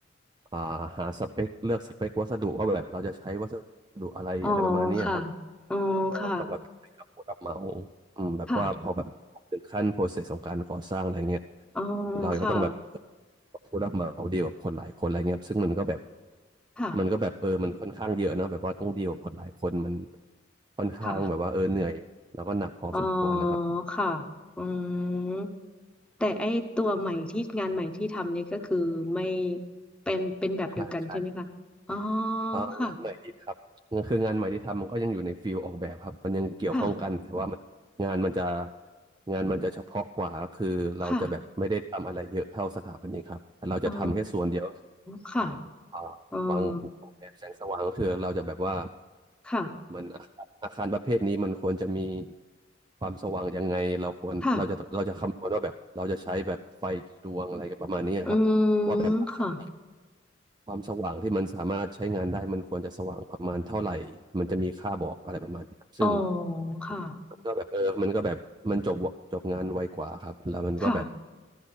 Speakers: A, on the right; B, in the centre.
A: อ่าหาสเปคเลือกสเปควัสดุว่าแบบเราจะใช้วัสดุอะไรอะไรประมาณนี้ครับ
B: อ๋อค่ะอ๋อค่ะ
A: แล้วก็ต้องแบบคุยกับผู้รับเหมาอืมแบบว่าพอแบบถึงขั้นโปรเซสของการก่อสร้างอะไรเงี้ย
B: ค่ะอ๋อ
A: เราก็ต้องแบบ
B: ค่ะ
A: ผู้รับเหมาเดียวกับคนหลายคนอะไรเงี้ยซึ่งมันก็แบบ
B: ค่ะ
A: มันก็แบบเออมันค่อนข้างเยอะเนอะแบบว่าต้องเดียวกับคนหลายคนมันค่อนข้างแบบว่าเออเหนื่อยแล้วก็หนักพอสมควรนะครับ
B: ค่ะอ๋อค่ะอืมแต่ไอตัวใหม่ที่งานใหม่ที่ทำนี่ก็คือไม่เป็นเป็นแบบเดียวกันใช่ไหมคะอ๋อ
A: ใช่ใช่ อ่างานใหม่ที่ทำคืองานใหม่ที่ทำมันก็ยังอยู่ในฟิลออกแบบครับมันยังเกี่ยวข้องกันแต่ว่ามันงานมันจะ
B: ค่ะค่ะ
A: งานมันจะเฉพาะกว่าก็คือเราจะแบบไม่ได้ทำอะไรเยอะเท่าสถาปนิกครับแต่เราจะทำแค่ส่วนเดียว
B: ค่ะอ๋อค่ะ
A: อ่า
B: อืม
A: วางออกแบบแสงสว่างก็คือเราจะแบบว่า
B: ค่ะ
A: มันอาคารอาคารประเภทนี้มันควรจะมีความสว่างยังไงเราควรเราจะเราจะคำนวณว่าแบบเราจะใช้แบบไฟกี่ดวงอะไรประมาณนี้ครับว่าแบบอาคาร
B: ค่ะอืมค่ะ
A: ความสว่างที่มันสามารถใช้งานได้มันควรจะสว่างประมาณเท่าไหร่มันจะมีค่าบอกอะไรประมาณนี้ครับซึ่ง
B: อ๋อค่ะ
A: มันก็แบบเออมันก็แบบมันจบจบงานไวกว่าครับ แล้วมันก็แบบ
B: ค่ะ